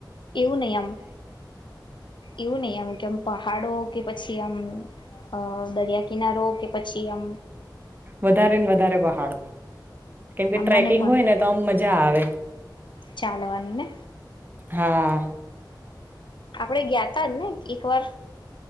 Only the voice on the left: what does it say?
એવું નય આમ એવું નય આમ કેમ પહાડો કે પછી આમ અ દ રિયા કિનારો કે પછી આમ
મને પણ
ચાલવાની ને
આપડે ગયાતા ને એકવાર?